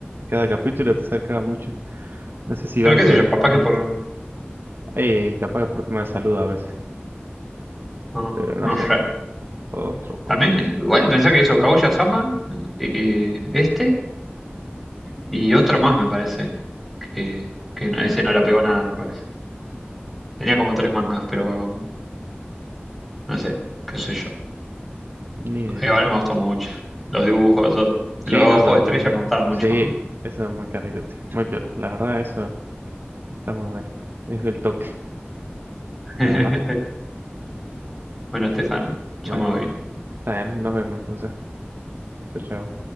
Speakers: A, on the right (about 60°); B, in the centre.
A: Cada capítulo te acercaba mucho. No sé si
B: Pero
A: banco
B: qué sé
A: el
B: yo, capaz
A: final.
B: que por...
A: Eh, capaz por tema de salud a veces,
B: No,
A: pero
B: no
A: no sé.
B: sé.
A: Otro cocos.
B: También, eh, igual pensá que hizo Kaguya-sama, eh, este, y otro más me parece. Que, que no- ese no la pegó nada, me parece. Tenía como tres mangas, pero no sé, qué sé yo.
A: Ni idea.
B: Igual me gustó mucho. Los dibujos, todo.
A: Sí,
B: Los ojos
A: no, lo-
B: de
A: los
B: estrella
A: dibujos.
B: me gustaron mucho.
A: Sí,
B: ¿no?
A: eso es muy característico. Muy piola. La verdad, eso está muy bueno. Es el toque.
B: <laughs>
A: La verdad.
B: Bueno, Estefano, yo
A: Bueno,
B: me voy.
A: está bien. Nos vemos entonces. Chao, chao.